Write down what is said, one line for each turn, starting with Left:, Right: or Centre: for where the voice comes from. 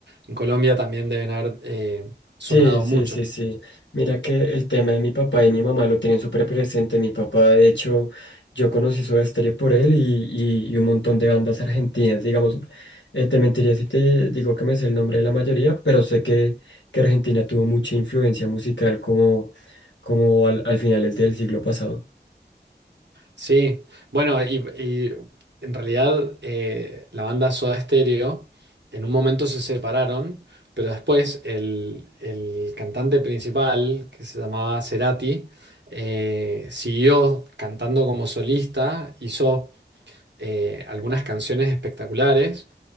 Right: en Colombia también deben haber eh, sonado
Left: Sí, sí,
Right: mucho.
Left: sí, sí. Mira que el tema de mi papá y mi mamá lo tienen súper presente. Mi papá, de hecho, yo conocí Soda Stereo por él y, y- y un montón de bandas argentinas. Digamos, eh, te mentiría si te digo que me sé el nombre de la mayoría, pero sé que, que Argentina tuvo mucha influencia musical como, como al, al finales del siglo pasado.
Right: Sí, bueno, y, y en realidad eh, la banda Soda Stereo en un momento se separaron, pero después el, el cantante principal, que se llamaba Cerati, eh, siguió cantando como solista, hizo eh, algunas canciones espectaculares